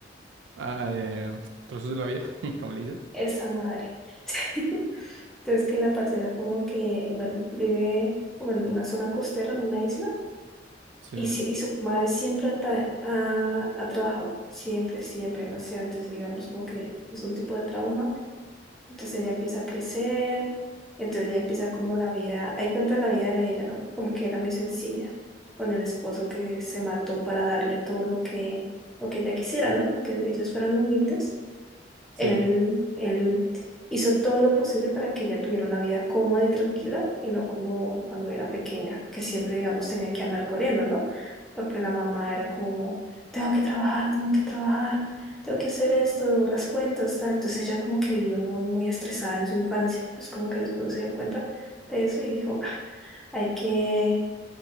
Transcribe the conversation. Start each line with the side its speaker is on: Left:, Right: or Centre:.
Right: Ah, eh, Trozos de la Vida, <laughs> ¿cómo le dicen?
Centre: esa madre. <laughs> Entonces que la parcera como que, bueno, vive como en una zona costera, en una isla,
Right: Sí,
Centre: y, si- y su madre siempre ha, tra- ha ha trabajado, siempre, siempre, demasiado, entonces digamos como que es un tipo de trauma Entonces ella empieza a crecer, entonces ya empieza como la vida, ahí cuenta la vida de ella, ¿no? Como que era muy sencilla, con el esposo que se mató para darle todo lo que, lo que ella quisiera, ¿no? Aunque ellos fueran humildes. Él,
Right: sí.
Centre: él hizo todo lo posible para que ella tuviera una vida cómoda y tranquila y no como cuando era pequeña, que siempre, digamos, tenía que andar corriendo, ¿no? Porque la mamá era como, tengo que trabajar, tengo que trabajar, tengo que hacer esto, las cuentas, tal". Entonces ella como que vivió muy, muy estresada en su infancia. Entonces como que el esposo se dio cuenta de eso y dijo, "Ah, hay que,